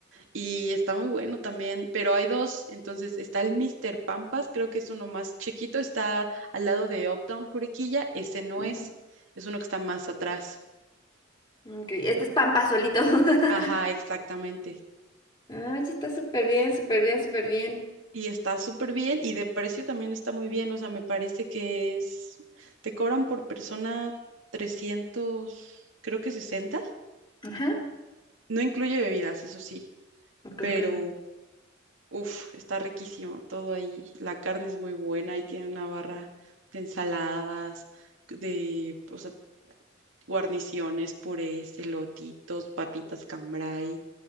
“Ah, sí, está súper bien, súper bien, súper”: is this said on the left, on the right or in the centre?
Left